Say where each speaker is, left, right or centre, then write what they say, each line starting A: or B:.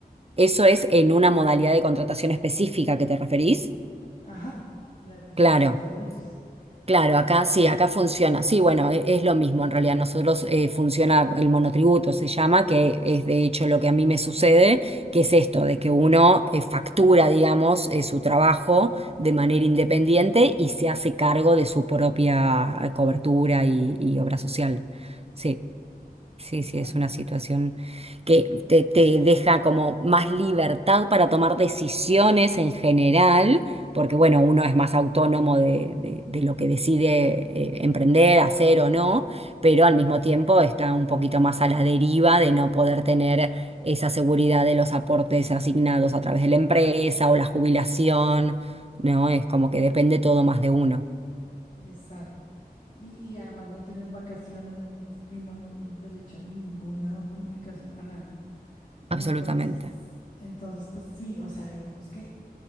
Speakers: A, on the right (about 40°); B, on the left (about 50°).
A: eso es en una modalidad de contratación específica que te referís.
B: Ajá, la de prestación
A: Claro.
B: de servicios.
A: Claro,
B: Exacto,
A: acá sí, acá funciona. Sí, bueno, e- es, lo mismo en realidad. Nosotros eh, funciona el monotributo, se llama, que es de hecho lo que a mí me sucede, que es esto, de que uno eh, factura, digamos, eh, su trabajo de manera independiente y se hace cargo de su propia eh, cobertura y, y obra social. Sí. Sí,
B: exacto.
A: sí, es una situación que te, te deja como más libertad para tomar decisiones en general, porque bueno, uno es más autónomo de, de- de lo que decide eh, emprender, hacer o no, pero al mismo tiempo está un poquito más a la deriva de no poder tener esa seguridad de los aportes asignados a través de la empresa o la jubilación, ¿no? Es como que depende todo más de uno,
B: Exacto. Y, y además no tienes vacaciones, no tienes primas, no tienes derecho a ninguna bonificación, a nada.
A: absolutamente.
B: Entonces, entonces, pues sí, o sea, digamos que